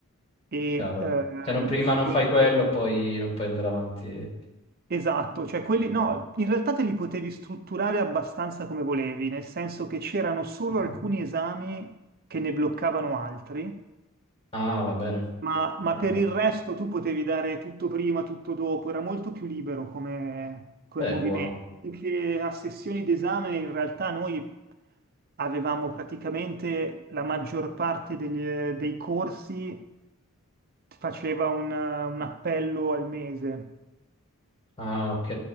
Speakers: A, on the right; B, on the left.
A: e
B: Chiaro.
A: ehm,
B: Se non prima
A: filologia
B: non fai quello,
A: italiana.
B: poi non puoi andare avanti.
A: Esatto, cioè quelli
B: Ok.
A: no, in realtà te li potevi strutturare abbastanza come volevi, nel senso che c'erano solo
B: Mhm.
A: alcuni esami che ne bloccavano altri
B: Ah, va bene.
A: Ma,
B: Ho
A: ma
B: capito.
A: per il resto tu potevi dare tutto prima, tutto dopo, era molto più libero come, come
B: Beh,
A: movimento.
B: buono.
A: Perché a sessioni d'esame in realtà noi avevamo praticamente la maggior parte degli- dei corsi faceva un, un appello al mese.
B: Ah, ok.